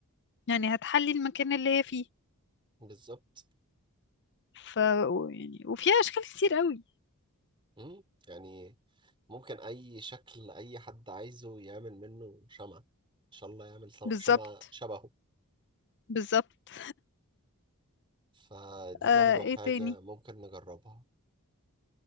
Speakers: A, on the left; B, on the right.
A: يعني هتحلي المكان اللي هي فيه
B: بالظبط
A: ف يعني وفيها اشكال كتير قوي
B: مم. يعني ممكن أي شكل أي حد عايزه يعمل منه شمعة إن شاء الله يعمل سم-
A: بالظبط
B: شمعة شبهه
A: بالظبط
B: فدي
A: آه
B: برضو
A: ايه
B: حاجة
A: تاني
B: ممكن نجربها